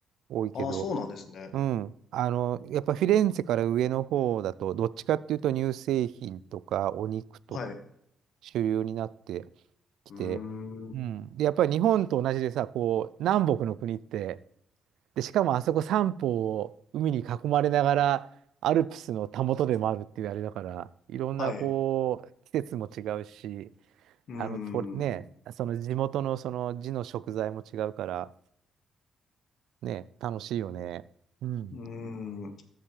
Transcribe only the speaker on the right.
多いけど、
うん、あの、やっぱフィレンツェから上の方だと、どっちかっていうと乳製品とかお肉とか
主流になってきて、
うん、で、やっぱり日本と同じでさ、こう、南北の国って、で、しかもあそこ三方を海に囲まれながら、アルプスのたもとでもあるっていうあれだから、いろんなこう、
季節も違うし、
あの、と、ね、
その地元のその地の食材も違うから、ね、楽しいよね。うん。